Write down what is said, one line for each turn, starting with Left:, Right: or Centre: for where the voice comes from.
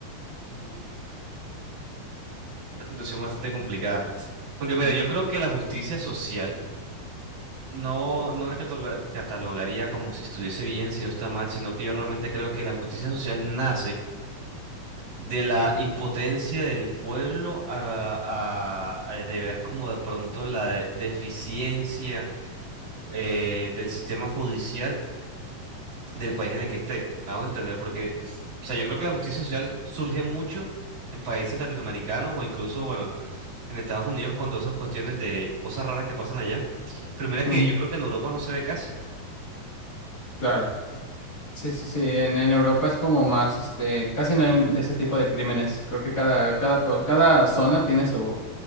Right: Uf, una situación bastante complicada. Aunque mira,
Left: Ujú,
Right: yo creo que la justicia social no, no la cataloga- catalogaría como si estuviese bien, si no está mal, sino que yo realmente creo que la justicia social nace de la impotencia del pueblo a, a- a de ver como de pronto la de- deficiencia eh, del sistema judicial del país en el que esté. Me hago entender, porque, o sea, yo creo que la justicia social surge mucho en países latinoamericanos o incluso, bueno, en Estados Unidos con todas esas cuestiones de cosas raras que pasan allá. Pero mira
Left: ujú,
Right: que yo creo que en Europa no se ve casi.
Left: Claro. Sí, sí, sí, en, en Europa es como más, este, casi no hay ese tipo de crímenes. Creo que cada, cada, po- cada zona tiene su,